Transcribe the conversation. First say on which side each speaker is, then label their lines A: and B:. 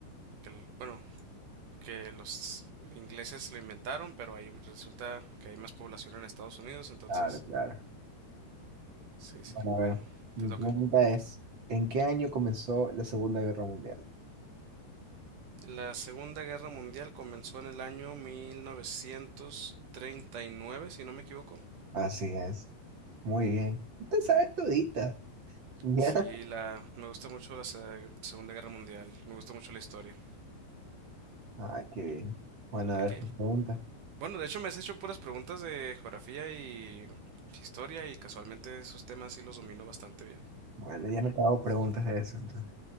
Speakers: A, on the right; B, on the right.
A: que el- bueno, que los ingleses lo inventaron, pero ahí resulta que hay más población en Estados Unidos, entonces
B: claro, claro.
A: Sí, sí,
B: Bueno, a
A: bueno,
B: ver. Mi
A: te toca.
B: pregunta es, ¿en qué año comenzó la Segunda Guerra Mundial?
A: La Segunda Guerra Mundial comenzó en el año 1939, si no me equivoco.
B: Así es. Muy bien. Usted sabe todita. <laughs> ¿Ya?
A: Sí, la, me gusta mucho la se- Segunda Guerra Mundial, me gusta mucho la historia.
B: Ah, qué bien. Bueno,
A: Ok.
B: a
A: ok.
B: ver, tu pregunta.
A: Bueno, de hecho me has hecho puras preguntas de geografía y historia y casualmente esos temas sí los domino bastante bien.
B: Bueno, ya no te hago preguntas de eso, entonces.